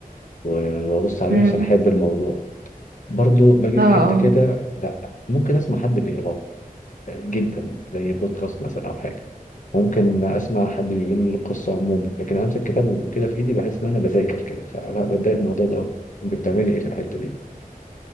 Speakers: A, on the left (about 55°); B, on the right (about 80°).
A: و- وابص عليه
B: مم.
A: عشان احب الموضوع برضو باجي
B: اه
A: في
B: اه
A: حتة كده لا ممكن اسمع حد بيقراه جدا زي بودكاست مثلا او حاجة ممكن اسمع حد بيقول القصة عموما لكن أنا امسك كتاب وكده في ايدي بحس ان انا بذاكر كده فلا بتضايق من الموضوع ده قوي بتعملي ايه في الحتة دي